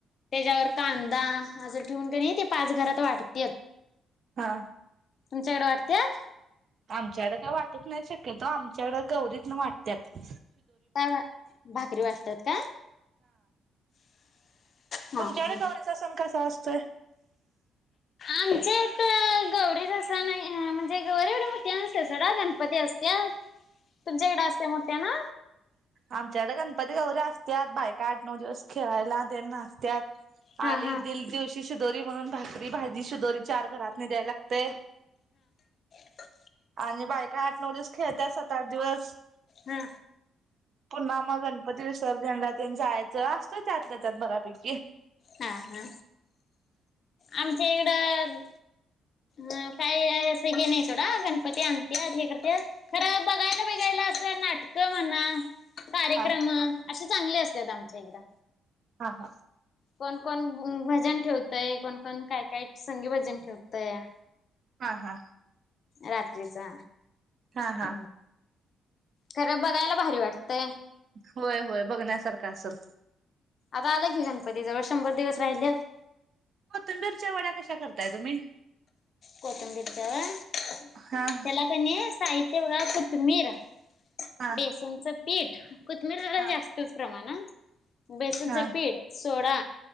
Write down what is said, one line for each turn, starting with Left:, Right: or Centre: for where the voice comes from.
Left: त्याच्यावर कांदा. असं ठेवून का नाही पाच घरात वाटतात.
Right: हा.
Left: तुमच्याकडे वाटतात.
Right: आमच्याकड का वाटत नाही शक्यतो आ त्याच्याकडं गौरीत न वाट त्यात
Left: काय वा भाकरी वाटतात का. हा
Right: तुमच्या
Left: हा.
Right: कडे गौरीचा सण कसा असतोय.
Left: आमच्या इथ गौरी जस नाही, म्हणजे गौरी एवढी मोठी नते, सडा गणपती असत्यात. तुमच्याकडे असते मोठ्या ना.
Right: आमच्याड गणपती गौऱ्या असत्याात, बायक आठ नऊ दिवस खेळायला ते नाचत्याात.
Left: हा
Right: आली
Left: हा.
Right: दिल दिवशी सु दरी म्हणून भाकरी. भाजी शिदोरी चार घरातली द्यायला लागते.
Left: ह
Right: आणि बायका आठ नऊ दिवस, खेळत सात आठ दिवस.
Left: हा.
Right: पुन्हा मग गणपती विसर्जनला त्यां जायचं, असतं त्यातल्या त्यात बऱ्यापैकी.
Left: हा हा आमच्या इकडं अ काय असं हे नाही, सोडा गणपती आणत्यात हे करत्यात, खरं बघायला बिघायला असं नाटकं म्हणा. कार्यक्रम
Right: हा.
Left: असे चांगले असत, आमचे इकडं.
Right: हा हा.
Left: कोण कोण भजन ठेवतय कोण पण काय काय संगी भजन ठेवत तेया
Right: हा हा.
Left: रात्रीचा.
Right: हा हा
Left: अ खरं बघायला भारी वाटतंय.
Right: होय होय बघण्यासारखं. असेल.
Left: आता आलं कि, गणपती जवळ श शंभर दिवस राहिलेत.
Right: कोथिंबीरच्या वड्या कशा करताय तुम्ही.
Left: कोथंबीरच वय
Right: हा
Left: त्याला कनाय साहित्य बघा. कोथमीर..
Right: हा
Left: बेसनच पीठ कोथबिरीला
Right: हा
Left: जास्तच प्रमाणात व <inaudible> बेसनचं
Right: हा हा
Left: पीठ सोडा.